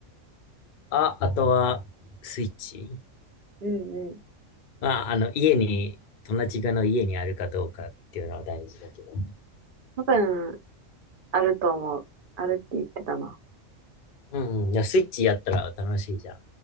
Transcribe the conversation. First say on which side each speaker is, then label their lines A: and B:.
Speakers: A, on the left (about 60°); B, on the right (about 50°).
A: あ、あとは、スイッチ。
B: うん、うん。
A: まあ、あの、家に、友達がの家にあるかどうかっていうのは大事だけど。
B: 多分、あると思う。あるって言ってたな。
A: うんうん。いや、スイッチやったら楽しいじゃん。